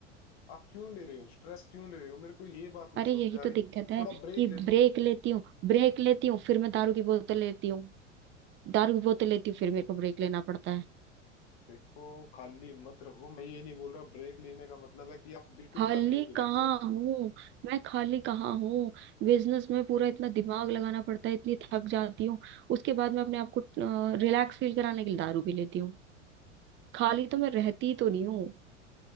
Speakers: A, on the left; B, on the right.
A: आप क्यों ले रहे हो स्ट्रेस क्यों ले रहे हो मेरे को ये बात नहीं
B: अरे
A: समझ
B: यही
A: में आ रही
B: तो दिक्कत है
A: थोड़ा ब्रेक
B: कि
A: ले
B: ब्रेक
A: लो
B: लेती हूँ ब्रेक लेती हूँ फिर मैं दारू की बोतल लेती हूँ दारू की बोतल लेती हूँ फिर मेरे को ब्रेक लेना पड़ता है
A: देखो खाली मत रहो मैं ये नहीं बोल रहा ब्रेक लेने का मतलब है कि आप बिल्कुल
B: खाली
A: खाली होके
B: कहाँ
A: बैठ जाओ
B: हूँ मैं खाली कहाँ हूँ बिजनेस में पूरा इतना दिमाग लगाना पड़ता है इतनी थक जाती हूँ उसके बाद मैं अपने आप को रिलैक्स फील कराने के लिए दारू पी लेती हूँ खाली तो मैं रहती तो नहीं हूँ